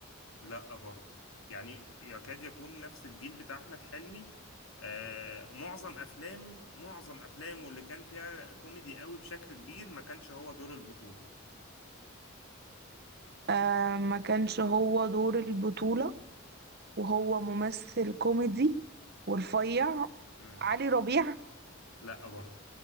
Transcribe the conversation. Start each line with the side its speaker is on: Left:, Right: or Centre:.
Left: لا برضه يعني يكاد يكون نفس الجيل بتاع احمد حلمي آه معظم افلامه معظم افلامه اللي كان فيها كوميدي قوي بشكل كبير ما كانش هو دور البطوله
Right: آه، ما كانش هو دور البطولة وهو ممثل كوميدي ورفيع
Left: مم.
Right: علي ربيع
Left: لا برضه